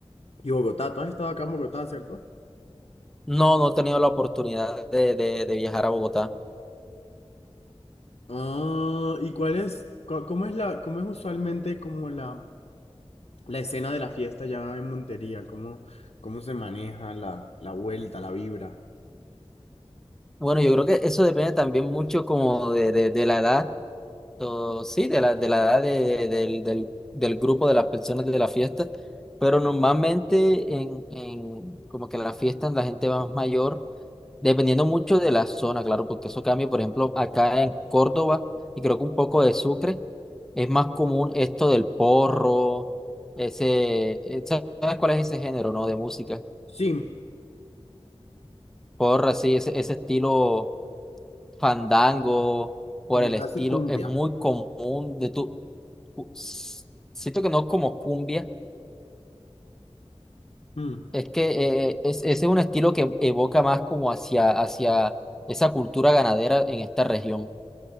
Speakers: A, on the left; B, in the centre.
A: y Bogotá. Tú has estado acá en Bogotá, ¿cierto?
B: No, no he tenido la oportunidad de, de- de viajar a Bogotá.
A: Ah, ¿y cuál es, cu- cómo es la, cómo es usualmente como la, la escena de la fiesta ya en Montería? ¿Cómo, cómo se maneja la, la vuelta, la vibra?
B: Bueno, yo creo que eso depende también mucho como de, de- de la edad O, sí, de la, de la edad de- de- del, del, del grupo de las personas de la fiesta, pero normalmente en, en como que en las fiestas la gente va más mayor, dependiendo mucho de la zona, claro, porque eso cambia, por ejemplo, acá en Córdoba y creo que un poco de Sucre, es más común esto del porro, ese, eh, ¿sabes cuál es ese género, no? De música.
A: Sí,
B: Porra, sí, ese, ese estilo fandango, por
A: como
B: el
A: casi
B: estilo,
A: cumbia.
B: es muy común de tú. cu- s- siento que no como cumbia,
A: Mm,
B: es que eh, es, ese es un estilo que evoca más como hacia, hacia esa cultura ganadera en esta región.